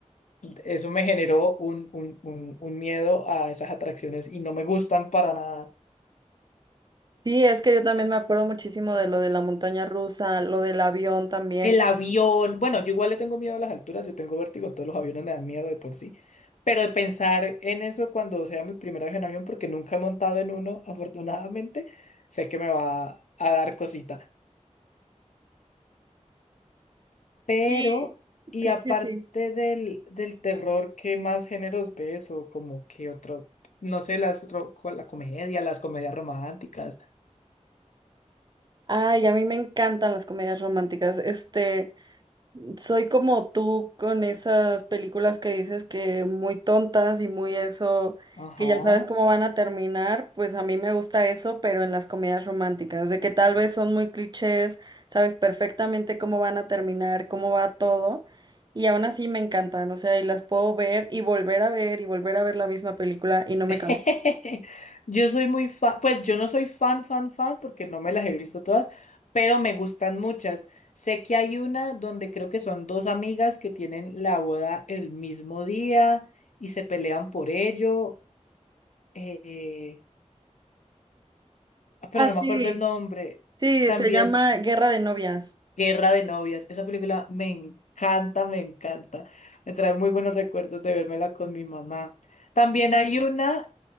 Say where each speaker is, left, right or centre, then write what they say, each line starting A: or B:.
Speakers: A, on the left; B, on the right.
A: Eso me generó un, un, un, un miedo a esas atracciones y no me gustan para nada.
B: Sí, es que yo también me acuerdo muchísimo de lo de la montaña rusa, lo del avión también.
A: El avión, bueno, yo igual le tengo miedo a las alturas, yo tengo vértigo, entonces los aviones me dan miedo de por sí. Pero de pensar en eso cuando sea mi primera vez en avión, porque nunca he montado en uno, <laughs> afortunadamente, sé que me va a dar cosita. Pero,
B: Sí,
A: y
B: sí,
A: aparte
B: sí, sí.
A: del, del terror, ¿qué más géneros ves? O como que otro, no sé, las ro- co- la comedia, las comedias románticas.
B: Ay, a mí me encantan las comedias románticas. Este, Soy como tú con esas películas que dices que muy tontas y muy eso,
A: Ajá.
B: que ya sabes cómo van a terminar, pues a mí me gusta eso, pero en las comedias románticas, de que tal vez son muy clichés, sabes perfectamente cómo van a terminar, cómo va todo, y aún así me encantan, o sea, y las puedo ver y volver a ver y volver a ver la misma película y no me
A: <laughs>
B: canso.
A: Yo soy muy fan, pues yo no soy fan, fan, fan, porque no me las he visto todas, pero me gustan muchas. Sé que hay una donde creo que son dos amigas que tienen la boda el mismo día y se pelean por ello, eh, ah, pero
B: Ah,
A: no
B: sí,
A: me acuerdo el nombre.
B: sí,
A: También
B: se llama Guerra de Novias.
A: Guerra de Novias. Esa película me encanta, me encanta. Me trae muy buenos recuerdos de vérmela con mi mamá. También hay una